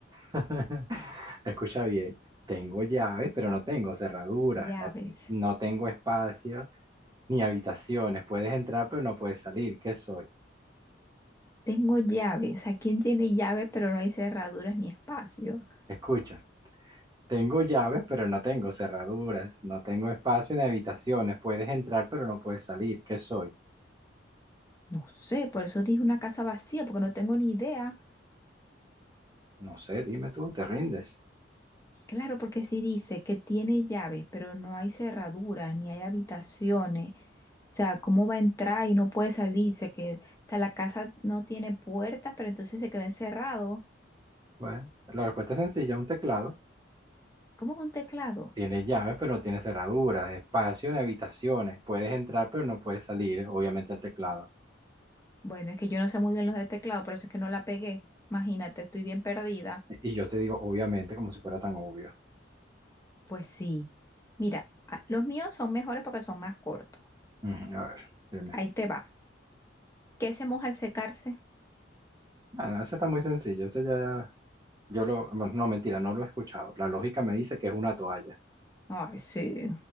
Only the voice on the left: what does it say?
Llaves.
Tengo llaves. ¿A quién tiene llave pero no hay cerraduras ni espacio?
No sé, por eso dije una casa vacía, porque no tengo ni idea.
Claro, porque si dice que tiene llaves, pero no hay cerraduras, ni hay habitaciones. O sea, ¿cómo va a entrar y no puede salirse? Que, o sea, la casa no tiene puertas, pero entonces se quedó encerrado.
¿Cómo con un teclado?
Bueno, es que yo no sé muy bien los de teclado, por eso es que no la pegué. Imagínate, estoy bien perdida.
Pues sí. Mira, a- los míos son mejores porque son más cortos.
Ahí te va. ¿Qué se moja al secarse?
Ay, sí.